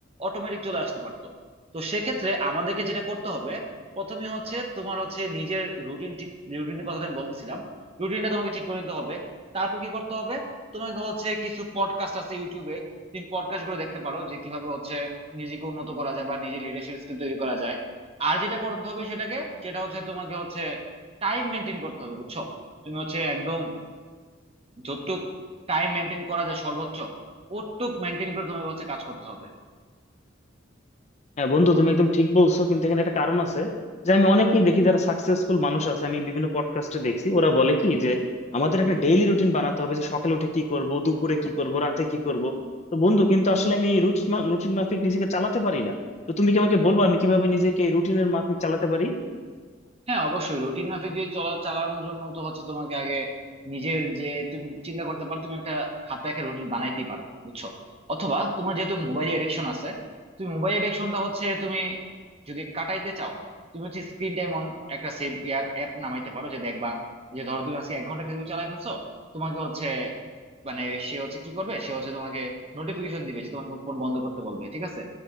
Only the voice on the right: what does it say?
অটোমেটিক চলে আসতে পারতো তো সেক্ষেত্রে আমাদেরকে যেটা করতে হবে প্রথমে হচ্ছে তোমার হচ্ছে নিজের রুটিন ঠিক রুটিনের কথা তো আমি বলতেছিলাম রুটিনটা তোমাকে ঠিক করে নিতে হবে তারপর কি করতে হবে তোমাকে হচ্ছে কিছু পডকাস্ট আছে ইউটিউবে তুমি পডকাস্ট গুলো দেখতে পারো যে কিভাবে হচ্ছে নিজেকে উন্নত করা যায় বা নিজের লিডারশিপ স্কিল তৈরি করা যায় আর যেটা করতে হবে সেটাকে যেটা হচ্ছে তোমাকে হচ্ছে টাইম মেনটেন করতে হবে বুঝছো তুমি হচ্ছে একদম যতটুক টাইম মেনটেন করা যায় সর্বোচ্চ ওটুক মেনটেন করে তোমাকে হচ্ছে কাজ করতে হবে
হ্যাঁ অবশ্যই রুটিন মাফিক যদি চলা চালানোর জন্য তো হচ্ছে তোমাকে আগে নিজের যে তুমি চিন্তা করতে পারো তুমি একটা খাতা একটা রুটিন বানাইতেই পারো বুঝছো অথবা তোমার যেহেতু মোবাইল এডিকশন আছে তুমি মোবাইল এডিকশনটা হচ্ছে তুমি যদি কাটাইতে চাও তুমি হচ্ছে স্ক্রিন টাইম অন একটা সেভ অ্যাপ নামাইতে পারো যে দেখবা যে ধরো তুমি আজকে এক ঘন্টা ফেসবুক চালাই ফেলছো তোমাকে হচ্ছে মানে সে হচ্ছে কি করবে সে হচ্ছে তোমাকে নোটিফিকেশন দিবে যে তোমাকে ফোন বন্ধ করতে বলবে ঠিক আছে